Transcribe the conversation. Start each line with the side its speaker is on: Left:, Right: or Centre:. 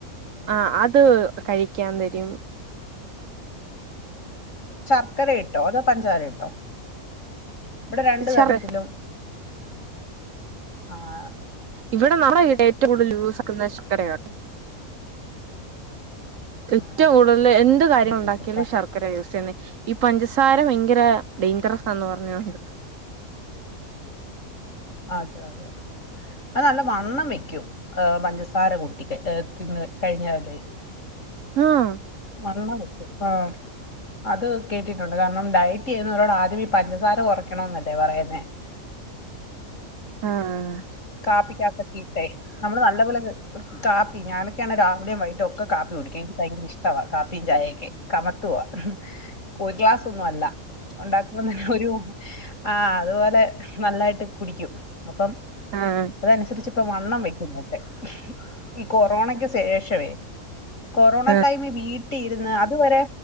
Right: ആ അത് കഴിക്കാൻ തരും
Left: ശർക്കര ഇട്ടോ അതോ പഞ്ചാര ഇട്ടോ ഇവിടെ രണ്ടു
Right: ശർ
Left: തരത്തിലും ആഹ
Right: ഇവിടെ നളെ വീടെ ഏറ്റവും കൂടുതൽ യൂസാ ക്കുന്ന ഷർ ക്കരയാ
Left: ആണോ
Right: ഏറ്റവും കൂടുതൽ എന്ത് കാര്യം
Left: ഉം,
Right: ഉണ്ടാക്കിയാലും
Left: പ-
Right: ശർക്കര യൂ സന്നെ ഈ പഞ്ചസാര ഭയങ്കര ഡെയിഞ്ചറസ ന്ന് പറഞ്ഞണ്ട്
Left: അതെ അതെ അത് നല്ല വണ്ണം വെക്കും ഏ പഞ്ചസാര കുട്ടിക്ക്ഏ തിന്ന് കഴിഞാല്
Right: ആഹ
Left: വണ്ണംവെക്കും. ആഹ അത് കേട്ടിട്ടുണ്ട് കാരണം ഡയറ്റ് ചെയ്യുന്നവരോട് ആദ്യം ഈ പഞ്ചസാര കുറയ്ക്കണന്നല്ലേ പറയുന്നേ. <inaudible>
Right: ആഹ്
Left: കാപ്പിക്കാക്കകിട്ടേ നമ്മള് നല്ല പോലെ കാപ്പി, ഞാനൊക്കെയാണ് രാവിലെയും വൈകിട്ടോക്കെ കാപ്പി എനിക്ക് ഭയങ്കര ഇഷ്ട കാപ്പിയും ചായയൊക്കെ, കമത്തുവാ ഒരു ഗ്ലാസ് നുമല്ല. ഉണ്ടാകു ഒരു ആ അതുപോലെ നല്ലായിട്ട് കുടിക്കും അപ്പം
Right: ആഹ്
Left: അതനുസരിച്ച് ഇപ്പ വണ്ണം വെക്കുന്നുണ്ട്. ഈ കൊറോണക്ക് ശേഷം വേ കൊറോണ
Right: ആഹ്
Left: ടൈമ വീട്ടിൽ ഇരുന്ന് അതുവരെ